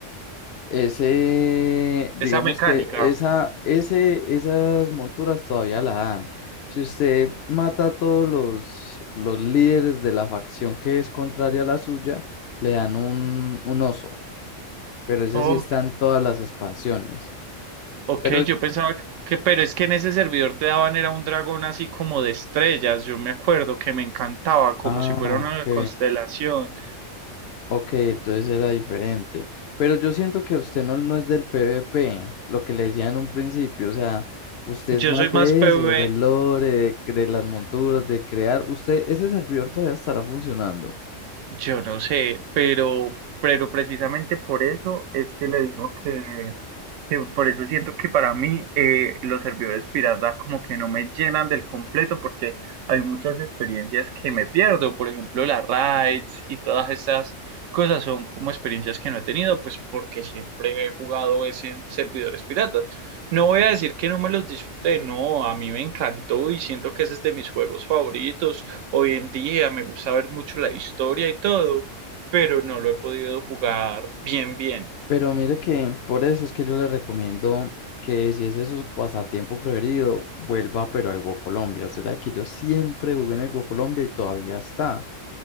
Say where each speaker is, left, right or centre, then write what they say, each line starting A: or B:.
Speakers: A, on the left; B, on the right.
A: ese, digamos
B: Esa mecánica.
A: que esa, ese, esas monturas todavía la dan. Si usted mata a todos los, los líderes de la facción que es contraria a la suya, le dan un, un oso. Pero ese
B: Ok,
A: sí está en todas las expansiones.
B: ok,
A: Pero,
B: yo pensaba que, que- pero es que en ese servidor te daban era un dragón así como de estrellas, yo me acuerdo que me encantaba como
A: ah,
B: si fuera una
A: ok.
B: constelación.
A: Ok, entonces era diferente. Pero yo siento que usted no, no es del PvP, lo que le decía en un principio. O sea, usted
B: Yo
A: es más
B: soy más
A: de
B: PvE.
A: eso, del lore, de, cre- de las monturas, de crear. Usted, ese servidor todavía estará funcionando.
B: Yo no sé, pero, pero precisamente por eso es que le digo que, que por eso siento que para mí eh, los servidores pirata como que no me llenan del completo porque hay muchas experiencias que me pierdo, por ejemplo las raids y todas esas cosas son como experiencias que no he tenido pues porque siempre he jugado es en servidores piratas. No voy a decir que no me los disfruté, no, a mí me encantó y siento que ese es de mis juegos favoritos. Hoy en día me gusta ver mucho la historia y todo, pero no lo he podido jugar bien bien.
A: Pero mire que por eso es que yo le recomiendo que si ese es su pasatiempo preferido, vuelva pero al Go Colombia. Usted sabe que yo siempre jugué en el Go Colombia y todavía está.